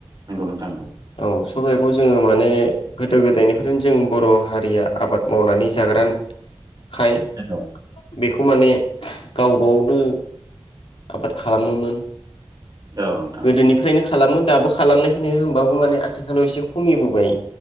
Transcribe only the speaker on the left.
औ सबाइखौ जोङो माने गोद गोदो गोदायनिफ्रायनो जों बर हारिया आबाद मावनानै जाग्रा। खाय
बेखौ खौ माने गावगानो आबाद खालामोमोन।
गोदोनिफ्रायनो खालामो दाबो खालामनायखौ नुयो होमबाबो माने आथिखालाव एसे खमिबोबाय